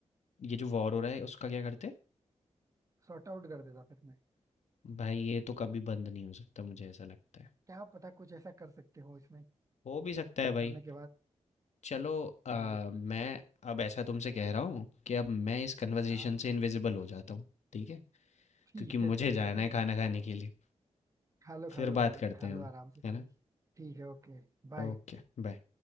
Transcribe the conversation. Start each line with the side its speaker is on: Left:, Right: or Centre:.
Left: ये जो वॉर हो रहा है उसका क्या करते
Right: सॉर्ट आउट कर देता फिर मैं
Left: भाई ये तो कभी बंद नहीं हो सकता मुझे ऐसा लगता है
Right: क्या पता कुछ ऐसा कर सकते हो इसमें
Left: हो भी सकता है
Right: ये करने
Left: भाई
Right: के बाद
Left: चलो अ,
Right: हाँ ये तो
Left: मैं
Right: है
Left: अब ऐसा तुमसे कह रहा हूँ कि अब मैं इस कन्वर्सेशन
Right: हाँ
Left: से इनविजिबल हो जाता हूँ ठीक है
Right: ठीक
Left: क्योंकि मुझे
Right: है ठीक
Left: जाना
Right: है ठीक
Left: है खाना
Right: है
Left: खाने के लिए
Right: खा लो
Left: फिर
Right: खा लो
Left: बात
Right: भाई
Left: करते
Right: खा
Left: हैं
Right: लो
Left: हम
Right: आराम से खा
Left: है
Right: लो
Left: ना
Right: ठीक है Okay bye
Left: Okay bye